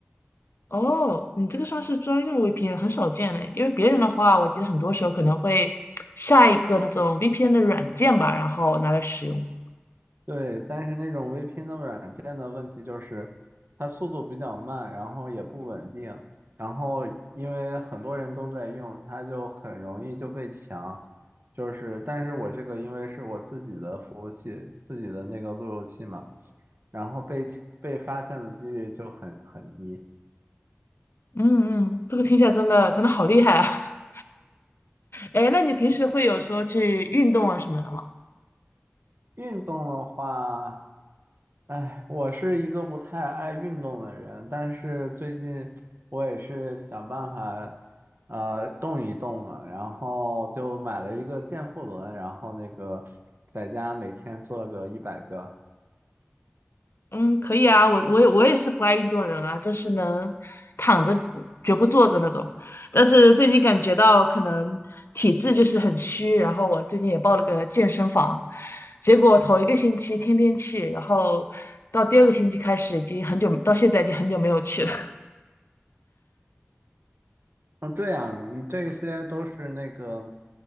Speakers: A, on the left; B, on the right.
A: 哦，你这个算是专用 VPN，很少见嘞，因为别人的话，我记得很多时候可能会下一个那种 VPN 的软件吧，然后拿来使用。
B: 对，但是那种 VPN 的软件的问题就是，它速度比较慢，然后也不稳定，然后因为很多人都在用，它就很容易就被抢。就是，但是我这个因为是我自己的服务器，自己的那个路由器嘛，然后被被发现的几率就很很低。
A: 嗯嗯，这个听起来真的真的好厉害啊！<laughs> 哎，那你平时会有说去运动啊什么的吗？
B: 运动的话。哎，我是一个不太爱运动的人，但是最近我也是想办法，呃，动一动嘛，然后就买了一个健腹轮，然后那个在家每天做个一百个。
A: 嗯，可以啊，我我也我也是不爱运动人啊，就是能躺着绝不坐着那种。但是最近感觉到可能体质就是很虚，然后我最近也报了个健身房，结果头一个星期天天去，然后到第二个星期开始已经很久，到现在已经很久没有去了。
B: 嗯，对呀，嗯这些都是那个，